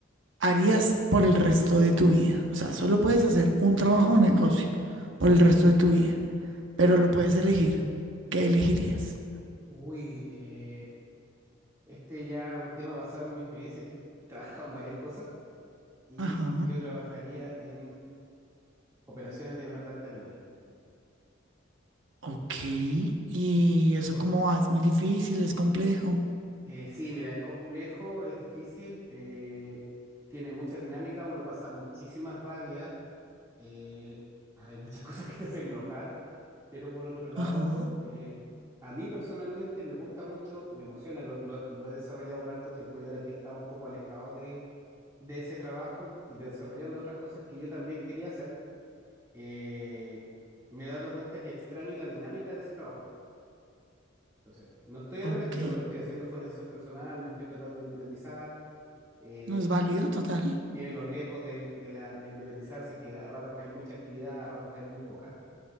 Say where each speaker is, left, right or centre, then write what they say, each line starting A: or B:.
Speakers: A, on the right; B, on the right.
A: harías por el resto de tu vida? O sea, solo puedes hacer un trabajo o negocio por el resto de tu vida, pero lo puedes elegir. ¿Qué elegirías?
B: Uy, eh, este ya es un tema basado en mi experiencia. Yo he trabajado en varias cosas y
A: Ajá.
B: yo trabajaría en operaciones de una planta minera.
A: Ok. ¿Y eso
B: Por,
A: cómo va? Es muy difícil, es complejo.
B: eh, sí, mira, es complejo, es difícil, eh, tiene mucha dinámica, uno pasa muchísimas rabias eh, hay muchas <laughs> cosas que te hacen enojar, pero por otro lado,
A: Ajá.
B: eh, a mí personalmente me gusta mucho, me emociona, lo, lo- lo he desarrollado por harto tiempo y ahora que he estado un poco alejado de, de ese trabajo y desarrollando otras cosas que yo también quería hacer, eh, me he dado cuenta que extraño la dinámica de ese trabajo. Entonces, no estoy arrepentido,
A: Ok.
B: lo que estoy haciendo fue una decisión personal, me estoy tratando de independizar, eh,
A: No es válido, total.
B: tiene los riesgos del- de, la, de independizarse, que a ratos hay mucha actividad, a ratos hay muy poca